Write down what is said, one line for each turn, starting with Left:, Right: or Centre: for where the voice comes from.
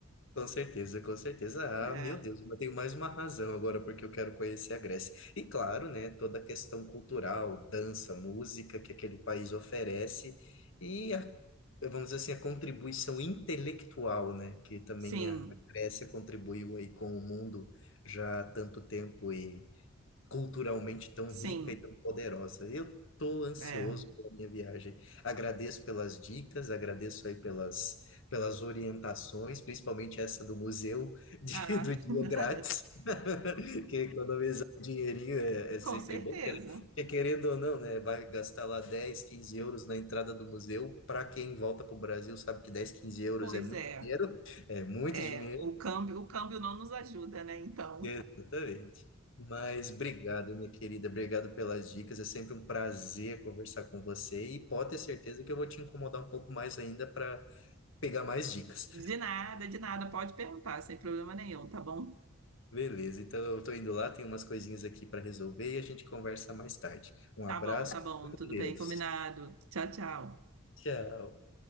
Left: Com certeza, com certeza.
Right: é,
Left: Ah, meu Deus, mas tenho mais uma razão agora porque eu quero conhecer a Grécia. E claro, né, toda a questão cultural, dança, música que aquele país oferece e a, vamos dizer assim, a contribuição intelectual, né, que também
Right: sim,
Left: a, a Grécia contribuiu aí com o mundo já há tanto tempo culturalmente tão
Right: sim.
Left: rica e tão poderosa. Eu estou ansioso
Right: É.
Left: pela minha viagem. Agradeço pelas dicas, agradeço aí pelas, pelas orientações, principalmente essa do museu <laughs> de-
Right: Ah,
Left: do dia
Right: <laughs> nada.
Left: grátis, <laughs> que economizar um dinheirinho é, é sempre
Right: Com certeza.
Left: bom, quer- porque querendo ou não, né, vai gastar lá 10, 15 euros na entrada do museu. Para quem volta para o Brasil, sabe que dez, quinze euros
Right: Pois
Left: é muito
Right: é.
Left: dinheiro, é muito
Right: É,
Left: dinheiro.
Right: o câmbio, o câmbio não nos ajuda, né? Então,
Left: Exatamente. Mas obrigado, minha querida. Obrigado pelas dicas. É sempre um prazer conversar com você e pode ter certeza que eu vou te incomodar um pouco mais ainda para pegar mais dicas.
Right: de nada, de nada, pode perguntar, sem problema nenhum, tá bom?
Left: Beleza, então eu tô indo lá, tem umas coisinhas aqui para resolver e a gente conversa mais tarde. Um
Right: Tá
Left: abraço,
Right: bom, tá bom,
Left: fica
Right: tudo
Left: com Deus.
Right: bem, combinado. Tchau, tchau.
Left: Tchau.